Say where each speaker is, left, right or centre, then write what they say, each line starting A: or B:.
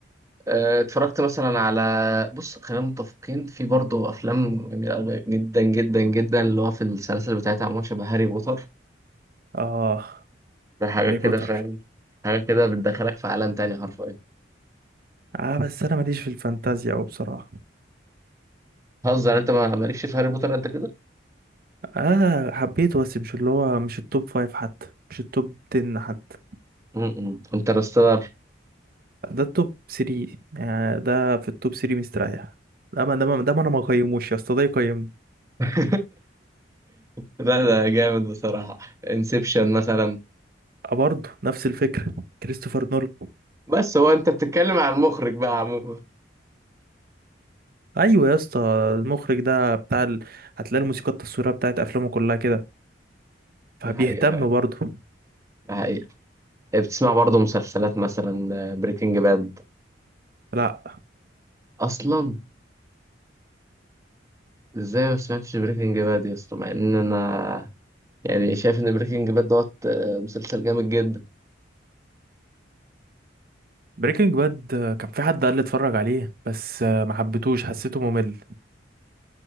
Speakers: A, on the right (about 15°); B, on the right (about 50°).
A: آه، اتفرجت مثلا على بص خلينا متفقين في برضه افلام جميله أوي جدا جدا جدا اللي هو في السلاسل بتاعتها عموما شبه هاري بوتر
B: اه
A: ده حاجة
B: هاري
A: كده
B: بوتر
A: فاهم حاجة كده بتدخلك في عالم تاني حرفيا
B: اه بس انا ماليش في الفانتازيا او بصراحه
A: هزر انت ما مالكش في هاري بوتر قد كده؟
B: اه حبيته بس مش اللي هو مش التوب فايف حتى مش التوب 10 حتى
A: امم انترستيلر
B: ده التوب 3 يعني ده في التوب 3 مستريح لا ما ده ما ده ما انا ما قيموش يا اسطى ده يقيمني
A: <laughs> لا ده جامد بصراحة انسبشن مثلا
B: أه، برضه نفس الفكره كريستوفر نولان
A: بس هو انت بتتكلم عن المخرج بقى عموما
B: ايوه يا اسطى المخرج ده بتاع ال... هتلاقي الموسيقى التصويريه بتاعت افلامه كلها كده فبيهتم
A: ده حقيقة فعلا
B: برضه
A: ده حقيقة إيه، بتسمع برضه مسلسلات مثلا بريكنج باد
B: لا
A: اصلا ازاي ما سمعتش بريكنج باد يا اسطى مع ان انا يعني شايف ان بريكنج باد دوت آه، مسلسل جامد جدا
B: بريكنج باد كان في حد قال لي اتفرج عليه بس آه، ما حبيتهوش حسيته ممل